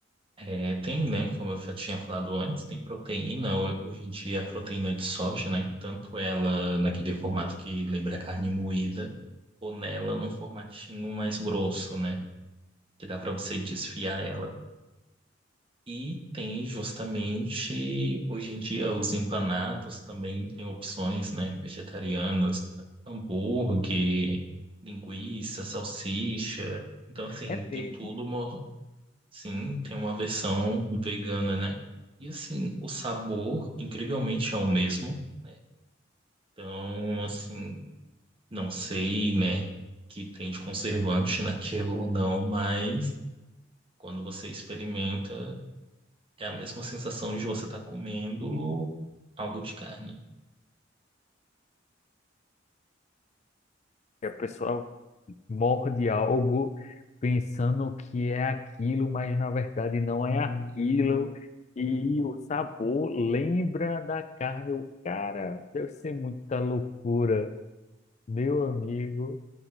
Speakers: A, on the right; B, on the left.
A: é, tem, né? Como eu já tinha falado antes, tem proteína. Ho- Hoje em dia, a proteína de soja, né? Tanto ela naquele formato que lembra carne moída, ou nela num formatinho mais grosso, né? Que dá para você desfiar ela. E tem justamente, hoje em dia, os empanados também têm opções, né, vegetarianas, hambúrguer, linguiça, salsicha. Então, assim,
B: é
A: tem
B: mesmo.
A: tudo uma, sim, tem uma versão vegana, né? E, assim, o sabor, incrivelmente, é o mesmo, né? Então, assim, não sei, né, que tem de conservante <laughs> naquilo ou não, mas quando você experimenta, É a mesma sensação de você estar comendo algo de carne.
B: E A pessoa morde algo pensando que é aquilo, mas na verdade não é aquilo. E o sabor lembra da carne. O cara deve ser muita loucura, meu amigo.